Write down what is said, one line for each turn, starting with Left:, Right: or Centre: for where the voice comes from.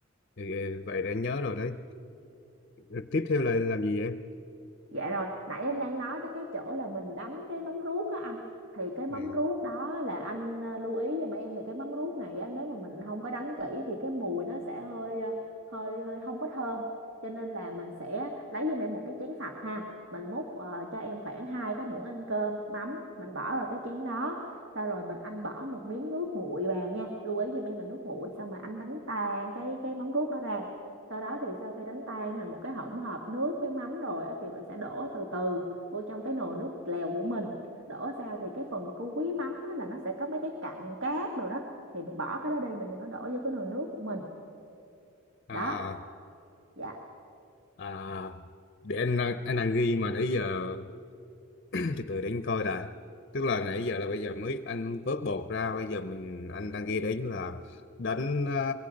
Left: ừ, vậy để anh nhớ rồi đấy Ừ, tiếp theo là làm gì em
Right: Dạ rồi, nãy em đang nói tới cái chỗ là mình đánh cái móng ruốc á anh Thì cái móng
Left: ừ.
Right: ruốc đó là anh à, lưu ý giùm em Thì cái móng ruốc này á, nếu mà mình không có đánh kỹ Thì cái mùi nó sẽ hơi à, hơi hơi không có thơm Cho nên là mình sẽ lấy giùm em một cái chén sạch ha Mình múc ờ, cho em khoảng hai cái muỗng ăn cơm, mắm Mình bỏ vào cái chén đó Sau rồi mình anh bỏ một miếng nước nguội vào nha Lưu ý giùm em mình nước nguội Xong mà anh đánh tan cái cái móng ruốc đó ra sau đó thì sau khi đánh tan thành một cái hỗn hợp nước với mắm rồi á, thì mình sẽ đổ từ từ vô trong cái nồi nước lèo của mình đổ sao thì cái phần cuối mắm á, là nó sẽ có mấy cái cặn cát rồi đó thì mình bỏ cái đó đi mình đừng có đổ vô cái nồi nước của mình
Left: à
Right: đó dạ
Left: à để anh đang- anh đang ghi mà nãy giờ từ từ để anh coi đã tức là nãy giờ là bây giờ mới anh vớt bột ra bây giờ mình anh đang ghi đến là đánh ờ,